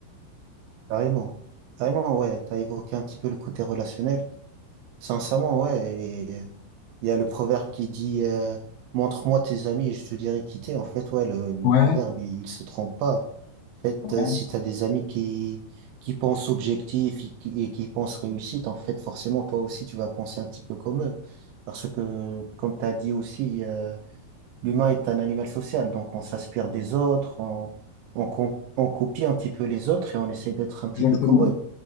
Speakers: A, on the right; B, on the left.
A: Carrément. Carrément, ouais. T'as évoqué un petit peu le côté relationnel. Sincèrement, ouais. Il y a le proverbe qui dit euh, montre-moi tes amis et je te dirai qui t'es. En fait, ouais, le, le
B: Ouais,
A: proverbe, il, il se trompe pas. En fait,
B: ouais,
A: euh, si t'as des amis qui, qui pensent objectif et qui, et qui pensent réussite, en fait, forcément, toi aussi, tu vas penser un petit peu comme eux. Parce que, comme t'as dit aussi, euh, l'humain est un animal social. Donc, on s'inspire des autres, on, on, com- on copie un petit peu les autres et on essaie d'être un petit
B: exactement.
A: peu comme eux.